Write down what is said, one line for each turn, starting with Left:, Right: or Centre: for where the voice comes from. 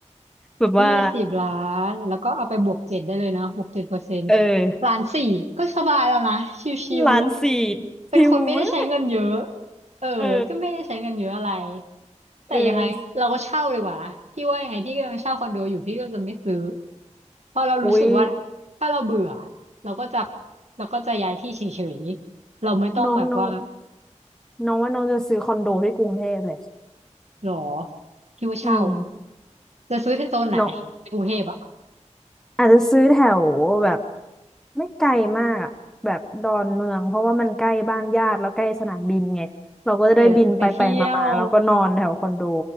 Centre: แบบว่า
Right: ยี่สิบล้านแล้วก็เอาไปบวกเจ็ดได้เลยเนาะบวกเจ็ดเปอร์เซ็นต์
Centre: เออ
Right: ล้านสี่ก็สบายแล้วนะชิว
Centre: ล้านสี่
Right: ๆเป็นคนไม่ได้ใช้เงินเยอะ
Centre: ชิวมาก
Right: เออก็ไม่ได้ใช้เงินเยอะอะไร
Centre: เออ
Right: แต่ยังไงเราก็เช่าดีกว่านะพี่ว่ายังไงพี่ก็ยังเช่าคอนโดอยู่พี่ก็จะไม่ซื้อ
Centre: เออ
Right: เพราะเรารู้สึกว่า
Centre: อุ้ย
Right: ถ้าเราเบื่อเราก็จะเราก็จะย้ายที่เฉยๆเราไม่ต้องแบบว่า
Centre: น้องน้องน้องว่าน้องจะซื้อคอนโดที่กรุงเทพเลย
Right: หรอพี่ว่าเช่า
Centre: อืม
Right: จะซื้อที่โซนไหนในกรุงเทพอ่ะ
Centre: น้อง อาจจะซื้อแถวแบบไม่ไกลมากอะแบบดอนเมืองเพราะว่ามันใกล้บ้านญาติแล้วใกล้สนามบินไงเราก็จะได้บินไปไปมามาแล้วก็นอนแถวคอนโด
Right: เกิดจะไปเที่ยว